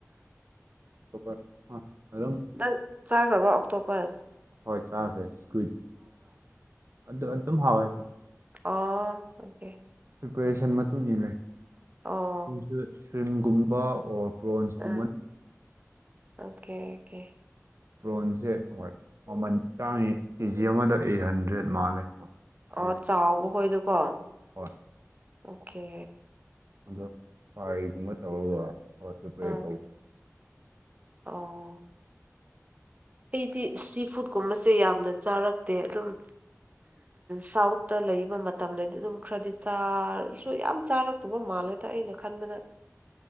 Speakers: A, on the right; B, on the right.
A: ꯑꯇꯣꯞꯄ ꯑꯗꯨꯝ
B: ꯅꯪ ꯆꯥꯈ꯭ꯔꯕ꯭ꯔꯣ ꯑꯣꯛꯇꯣꯄꯕꯁ
A: ꯍꯣꯏꯣꯏ ꯆꯥꯈ꯭ꯔꯦ ꯁꯀ꯭ꯋꯤꯠ ꯑꯗꯨ ꯑꯗꯨꯝ ꯍꯥꯎꯋꯦ ꯍꯣꯏ
B: ꯑꯣ ꯑꯣꯀꯦ
A: ꯄ꯭ꯔꯤꯄꯦꯔꯦꯁꯟ ꯃꯇꯨꯡ ꯏꯟꯅꯁꯨ
B: ꯑꯣ
A: ꯁ꯭ꯔꯤꯝꯒꯨꯝꯕ ꯑꯣꯔ ꯄ꯭ꯔꯣꯟꯁꯀꯨꯟ
B: ꯑ ꯑꯣꯀꯦ ꯑꯣꯀꯦ
A: ꯄ꯭ꯔꯣꯟꯁꯦ ꯍꯣꯏ ꯃꯃꯜ ꯇꯥꯡꯉꯤ ꯀꯦꯖꯤ ꯑꯃꯗ ꯑꯩꯠ ꯍꯟꯗ꯭ꯔꯦꯗ ꯃꯥꯜꯂꯦ ꯍꯣꯏ
B: ꯑꯣ
A: ꯑꯗꯨꯁꯨ
B: ꯆꯥꯎꯕ ꯍꯣꯏꯗꯀꯣ ꯑꯣꯀꯦ
A: ꯍꯣꯏ ꯑꯗꯣ ꯐ꯭ꯔꯥꯏꯒꯨꯝꯕ ꯇꯧꯔꯒ ꯇ꯭ꯔꯤꯄꯔꯦ
B: ꯑꯥ
A: ꯇꯧꯕ
B: ꯑꯣ ꯑꯩꯗꯤ ꯁꯤ ꯐꯨꯗꯀꯨꯝꯕꯁꯦ ꯌꯥꯝꯅ ꯆꯥꯔꯛꯇꯦ ꯑꯗꯨꯝ ꯁꯥꯎꯠ ꯇ ꯂꯩꯕ ꯃꯇꯝꯗꯗꯤ ꯑꯗꯨꯝ ꯈꯔꯗꯤ ꯆꯥꯔꯁꯨ ꯌꯥꯝ ꯆꯥꯔꯛꯇꯕ ꯃꯥꯜꯂꯦꯗ ꯑꯩꯅ ꯈꯟꯕꯗ <unintelligible> <unintelligible>